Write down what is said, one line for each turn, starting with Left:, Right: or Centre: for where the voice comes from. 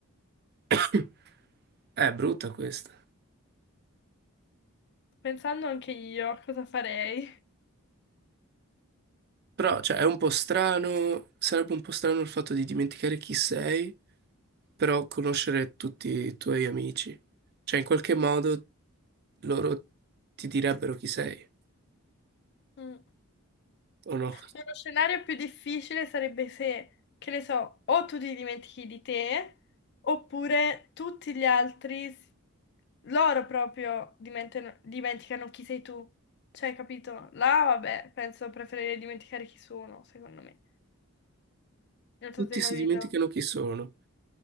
Right: <coughs> È brutta questa.
Left: Pensando anche io a cosa farei.
Right: Però, cioè, è un po' strano, sarebbe un po' strano il fatto di dimenticare chi sei, però conoscere tutti i tuoi amici. Cioè, in qualche modo loro ti direbbero chi sei,
Left: Mm.
Right: o no?
Left: Uno scenario più difficile sarebbe se, che ne so, o tu ti dimentichi di te, oppure tutti gli altri, s- loro proprio dimentano- dimenticano chi sei tu. Cioè, capito? Là, vabbè, penso preferirei dimenticare chi sono, secondo me. Non
Right: Tutti
Left: so se hai
Right: si
Left: capito.
Right: dimenticano chi sono.